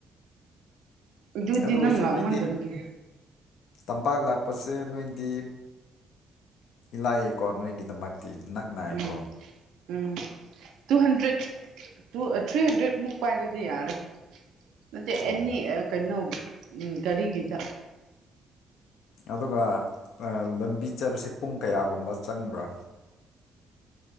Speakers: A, on the right; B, on the left.
A: ꯑꯗꯨꯗꯤꯅ
B: ꯑꯗꯨ
A: ꯅꯪ
B: ꯑꯣꯏꯁꯨ
A: ꯂꯥꯛꯃꯗꯕꯒꯤ
B: ꯅꯣꯏꯗꯤ ꯇꯝꯄꯥꯛ ꯂꯥꯛꯄꯁꯦ ꯅꯣꯏꯗꯤ ꯏꯂꯥꯛꯑꯀꯣ ꯅꯣꯏꯒꯤꯗꯃꯛꯇꯤ ꯅꯛꯅꯏꯀꯣ
A: ꯎꯝ ꯎꯝ two hundred two three hundred ꯃꯨꯛ ꯄꯥꯏꯔꯗꯤ ꯌꯥꯔꯦ ꯅꯠꯇꯦ
B: ꯑꯣ
A: ꯑꯦꯅꯤ ꯀꯩꯅꯣ ꯒꯥꯔꯤꯒꯤꯗ
B: ꯑꯗꯨꯒ ꯂꯝꯕꯤ ꯆꯠꯕꯁꯦ ꯄꯨꯡ ꯀꯌꯥꯒꯨꯝꯕ ꯆꯪꯕ꯭ꯔꯥ